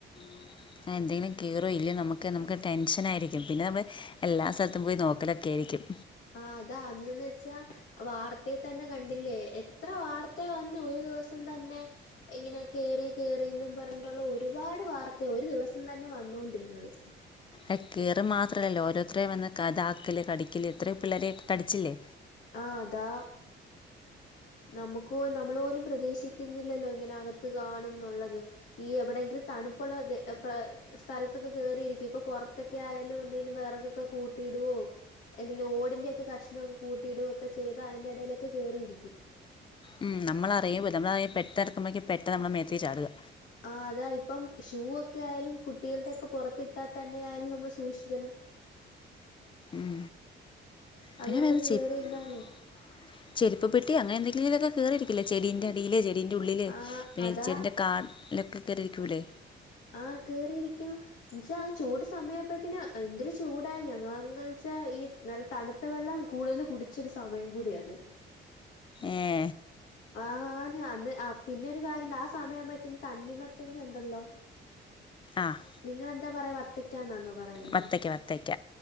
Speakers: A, on the left; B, on the left.
A: <inaudible> എന്തെങ്കിലും കേറോ ഇല്ലേ നമുക്ക് നമുക്ക് ടെൻഷനായിരിക്കും പിന്നെ നമ്മൾ എല്ലാ സ്ഥലത്തും പോയി നോക്കലൊക്കെ ആയിരിക്കും
B: ആഹ് അതാ അന്നെന്ന് വെച്ചാ വാർത്തേ തന്നെ കണ്ടില്ലേ എത്ര വാർത്തയാ വന്നേ ഒരു ദിവസം തന്നെ ഇങ്ങനെ കേറി കേറിന്നും പറഞ്ഞിട്ടുള്ള ഒരുപാട് വാർത്തയ ഒരു ദിവസം തന്നെ വന്നോണ്ടിരുന്നത്
A: അ കേറ്ക മാത്രല്ലല്ലോ ഓരോരുത്തരയും വന്ന് കതാക്കല് കടിക്കല് ഇത്രയും പിള്ളേരെ കടിച്ചില്ലേ
B: ആഹ് അതാ നമ്മുക്കൊ നമ്മള് പോലും പ്രതീഷിക്കിന്നില്ലല്ലോ ഇങ്ങനെ അകത്ത് കാണുംന്നുള്ളത് ഈ എവിടെയെങ്കിലും തണുപ്പുള്ള പ്ര സ്ഥലത്തൊക്കെ കേയറിയിരിക്കും ഇപ്പൊ പുറത്ത് ക്കെ ആയാലും എന്തേലും വെറകൊക്കെ കൂട്ടിടുവോ എന്തെങ്കിലും ഓടിന്റെ ഒക്കെ കഷ്ണം ഒക്കെ കൂട്ടിടോ ഒക്കെ ചെയിതാ അയിന്റെ എടേലൊക്കെ കേറിയിരിക്കും
A: ഉം നമ്മളറിയുമോ നമ്മളയി പെട്ടെന്നെട്ക്കുമ്പോഴേക്ക് പെട്ടന്നാ നമ്മളെ മേത്തേക് ചാട്ക
B: ആഹ് അതാ ഇപ്പം ഷൂ ഒക്കെ ആയാലും കുട്ടികളുടൊക്കെ പുറത്തിട്ടാ തന്നെയായാലും നമ്മള് സൂക്ഷിക്കണം
A: ഉം
B: അതിനകത്തൊക്കെ
A: പിന്നെ <unintelligible>
B: കേറിയിരുന്നാലേ
A: ചെരുപ്പ്പ്പെട്ടി അങ്ങനെന്തെങ്കിലുക്കെങ്ങനെ കേറിയിരിക്കില്ലേ ചെടിന്റെഅടീല് ചെ ടിന്റെ ഉള്ളില്
B: ആഹ്
A: പിന്നെ
B: അതാ
A: ഇ ചെടിന്റെ കാ അടിലൊക്കെ കേറിരിക്കൂല്ലേ
B: ആഹ് കേറിയിരിക്കും എന്നച്ചാ ആ ചൂട് സമയപ്പോഴത്തിന് എന്തൊരു ചൂടാ ഞങ്ങളങ്ങൻച്ചാ ഈ നല്ല തണുത്ത വെള്ളം കൂടുതൽ കുടിച്ചൊരു സമയം കൂടിയാത്
A: ഏഹ്
B: ആണ് അന്ന് അപിന്നെ ഒരു കാര്യണ്ട് ആ സമയാമ്പോത്തേന് തണ്ണി മത്തങ്ങ ഉണ്ടല്ലോ
A: ആഹ്
B: നിങ്ങളെന്താ പറയാ വത്തക്കാന്നാന്നോ പറയുന്നെ
A: വത്തയ്ക്ക വത്തയ്ക്ക